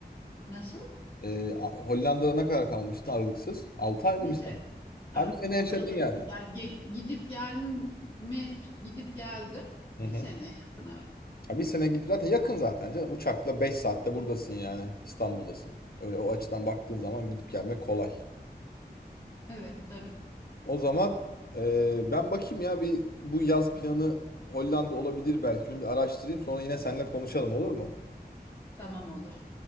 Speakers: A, on the left (about 30°); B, on the left (about 60°).
A: Nasıl?
B: Ee, A- Hollanda'da ne kadar kalmıştın aralıksız? 6 ay
A: Bir
B: mı bir
A: şey
B: sene? Ha
A: a-
B: bir sene yaşadın
A: aralıksız
B: yani.
A: yani ge- gidip gelme gidip geldim
B: Hı
A: bir
B: hı.
A: sene yakın evet.
B: Ha, bir sene gidip zaten yakın zaten canım. Uçakla 5 saatte buradasın yani. İstanbul'dasın. Öyle o açıdan baktığın zaman gidip gelmek kolay.
A: Evet tabii.
B: O zaman e, ben bakayım ya bir bu yaz planı Hollanda olabilir belki. Bir araştırayım sonra yine seninle konuşalım olur mu?
A: Tamam olur.